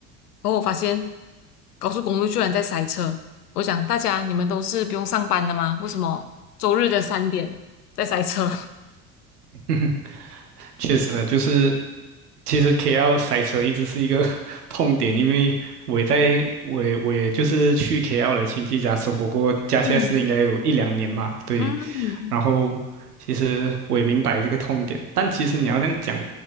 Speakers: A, on the left; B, on the right.
A: 然后我发现高速公路居然在塞车。我想大家你们都是不用上班的吗？为什么周日的三点？在塞车。<laughs>
B: <laughs> 确实就是，其实 KL 塞车一直是一个 <laughs> 痛点，因为我也在我也我也就是去 KL 的亲戚家生活过，加起来是应该有一两年嘛，
A: 嗯
B: 对。
A: 嗯
B: 然后其实我也明白这个痛点，但其实你要这样讲，